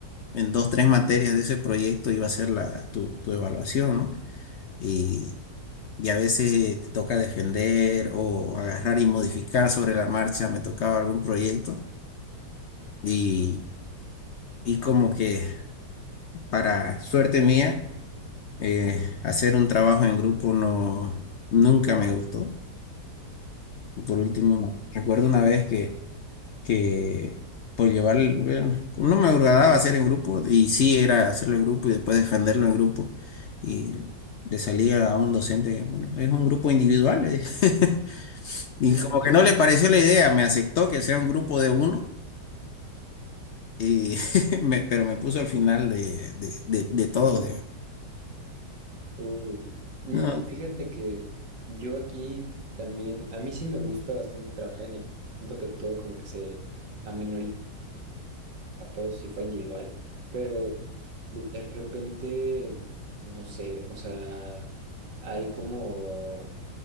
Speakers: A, on the left (about 75°); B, on the right (about 85°).
A: en dos, tres materias de ese proyecto iba a ser la, tu, tu evaluación, ¿no? Y, y a veces te toca defender o agarrar y modificar sobre la marcha, me tocaba algún proyecto y, y como que... para suerte mía, eh, hacer un trabajo en grupo no, nunca me gustó. Por último, me- recuerdo una vez que, que por llevar, el- bueno, no me agradaba hacer en grupo, y sí era hacerlo en grupo y después defenderlo en grupo, y le salía a un docente, bueno, es un grupo individual, le dije. <laughs>
B: <laughs>
A: y como que no le pareció la idea, me aceptó que sea un grupo de uno, y <laughs> me- pero me puso al final de, de, de, de todos, digamos.
B: Uh, mm,
A: No,
B: fíjate que yo aquí también, a mí sí me gusta bastante trabajar en equipo, siento que todo como que se amenoriza a todos si fuera individual, pero de repente, no sé, o sea, hay como